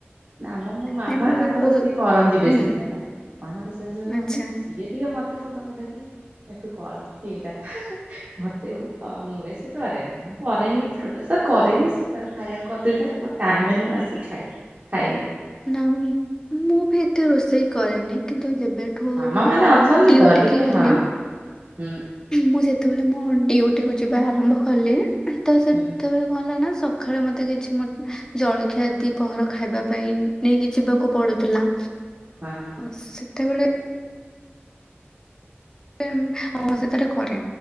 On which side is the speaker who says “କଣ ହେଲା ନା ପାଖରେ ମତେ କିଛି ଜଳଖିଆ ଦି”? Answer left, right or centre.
Left